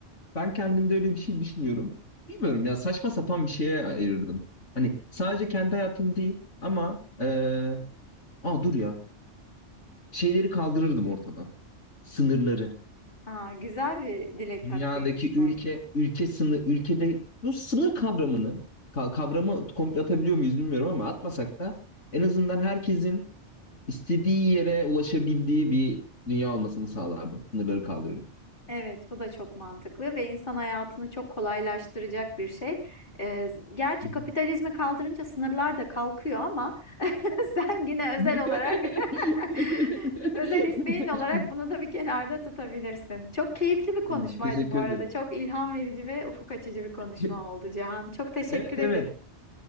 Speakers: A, on the left (about 90°); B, on the left (about 45°).
A: Ben kendimde öyle bir şey düşünüyorum. Bilmiyorum ya saçma sapan bir şeye ayırırdım. Hani sadece kendi hayatım değil ama eee aa dur ya şeyleri kaldırırdım ortadan. Sınırları.
B: Aa, güzel bir dilek
A: Dünyadaki
B: hakkıymış bu.
A: ülke ülke sınır ülkede bu sınır kavramını ka- kavramı komple atabiliyor muyuz bilmiyorum ama atmasak da en azından herkesin istediği yere ulaşabildiği bir dünya olmasını sağlardım. Sınırları kaldırırdım.
B: Evet, bu da çok mantıklı ve insan hayatını çok kolaylaştıracak bir şey. Ee, gerçi
A: Hı hı.
B: kapitalizmi kaldırınca sınırlar da kalkıyor ama <laughs> Sen yine
A: <laughs>
B: özel olarak <laughs> özel isteğin olarak bunu da bir kenarda tutabilirsin. Çok keyifli bir konuşmaydı
A: Evet, Teşekkür
B: bu arada.
A: ederim.
B: Çok ilham verici ve ufuk açıcı bir konuşma
A: <laughs>
B: oldu Cihan. Çok teşekkür
A: Evet
B: ederim.
A: evet.